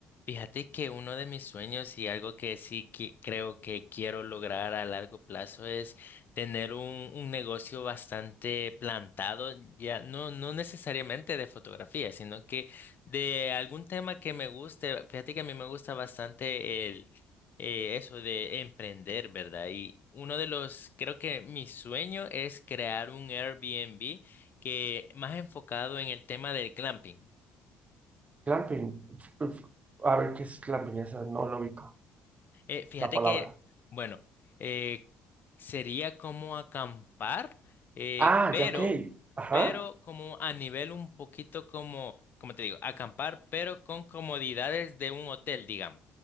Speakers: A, on the left; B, on the right.
A: Fíjate que uno de mis sueños y algo que sí que creo que quiero lograr a largo plazo es tener un, un negocio bastante plantado, ya no, no necesariamente de fotografía, sino que de algún tema que me guste. Fíjate que a mí me gusta bastante el eh, eso de emprender, ¿verdad? Y uno de los, creo que mi sueño es crear un Airbnb que más enfocado en el tema del glamping.
B: Clamping. Uf, A ver, ¿qué es clamping? Esa no lo ubico.
A: Eh, fíjate
B: La palabra.
A: que, bueno, eh, sería como acampar, eh,
B: Ah,
A: pero,
B: ya, ok. Ajá.
A: pero como a nivel un poquito como, como te digo, acampar, pero con comodidades de un hotel, digamos.